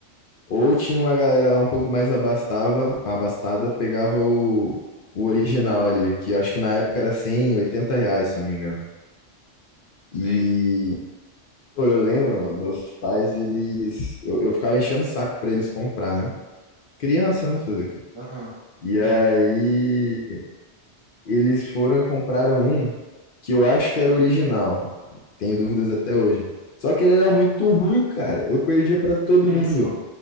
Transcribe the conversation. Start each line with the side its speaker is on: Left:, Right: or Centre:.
Left: ou tinha uma galera lá um pouco mais abastava, abastada, pegava o, o original ali, que acho que na época era 100, 80 reais, se eu não me engano.
Right: sei.
Left: E, pô, eu lembro, mano, meus pais, eles. Eu, eu ficava enchendo o saco pra eles comprar, né? Criança, né? Fazer o quê?
Right: Aham,
Left: E
Right: é,
Left: aí. Eles foram e compraram um que eu acho que era original. Tenho dúvidas até hoje. Só que ele era muito ruim, cara. Eu perdia pra todo
Right: <laughs> isso,
Left: mundo.
Right: pô.